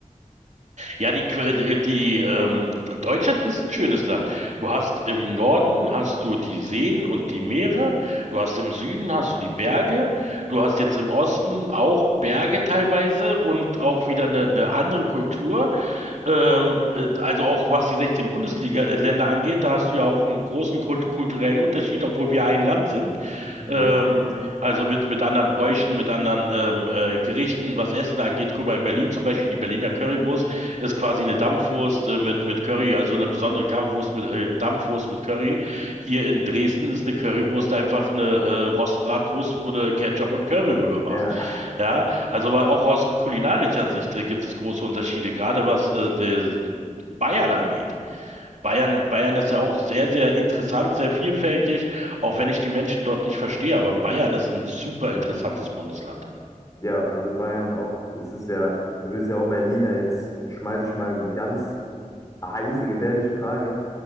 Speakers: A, on the right; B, on the left.
A: Ja, die, Que- die, die ähm, Deutschland ist ein schönes Land. Du hast im Norden hast du die Seen und die Meere, du hast im Süden hast du die Berge, du hast jetzt im Osten auch Berge teilweise und auch wieder eine, eine andere Kultur. Ähm, äh, also auch was die 16 Bundesliga-Länder angeht, da hast du ja auch einen großen kult kulturellen Unterschied, obwohl wir ein Land sind.
B: Mhm.
A: Ähm, also mit, mit anderen Bräuchen, mit anderen ähm, äh, Gerichten, was Essen angeht. Guck mal, in Berlin zum Beispiel, die Berliner Currywurst ist quasi eine Dampfwurst äh, mit, mit Curry, also eine besondere Kampfwurst mit, äh, Dampfwurst mit Curry. Hier in Dresden ist eine Currywurst einfach eine äh, Rostbratwurst, wo du Ketchup und Curry rüber
B: Ja,
A: machst.
B: <laughs>
A: Ja, also war auch aus kulinarischer Sicht äh, gibt es große Unterschiede, gerade was äh, der Bayern angeht. Bayern, Bayern ist ja auch sehr, sehr interessant, sehr vielfältig, auch wenn ich die Menschen dort nicht verstehe. Aber Bayern ist ein super interessantes Bundesland.
B: ja, also Bayern auch. Das ist ja, du bist ja auch Berliner. Jetzt schmeiße ich mal eine ganz ge- heiße, gefährliche Frage.